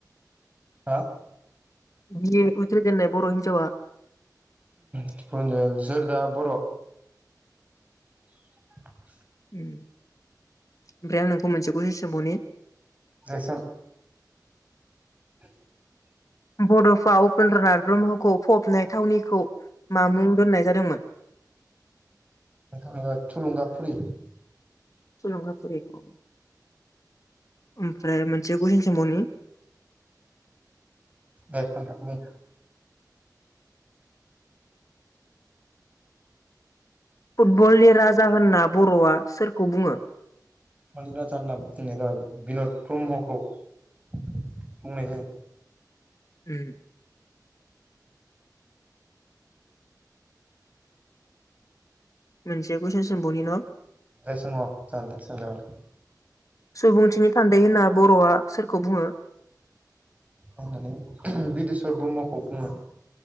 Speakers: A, on the right (about 20°); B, on the left (about 50°).
A: हा
B: बि ए उथ्रिजेननाय बर हिनजावा
A: <unintelligible> जेरदा बर। <inaudible>
B: उम ओमफ्राय आं नोंखौ मोनसे कुइसन सोंबावनि।
A: दे सों। <inaudible>
B: बडफा उपेन्द्रनाथ ब्रह्मखौ फबनाय थावनिखौ मा मुं दोननाय जादोंमोन।
A: <unintelligible> थुलुंगा फुरि
B: माफुरखौ। ओमफ्राय मोनसे कुइसन सोंबावनि।
A: ओइ खानथाब बुं।
B: फुटबलनि राजा होनना बर'आ सोरखौ बुङो।
A: फुटबलनि राजा होनना बुंनाया जाबाय बिन'द ब्रह्मखौ। बुंनाय जायो।
B: ओम। मोनसे कुइसन सोंमबावनिन'।
A: जाय सों अ जागोन दे सोंजागोन
B: <inaudible>
A: दे
B: सुबुंथिनि थान्दै होनना बर'आ सोरखौ बुङो‌?
A: होननानै बिदेस्वर ब्रह्मखौ बुङो।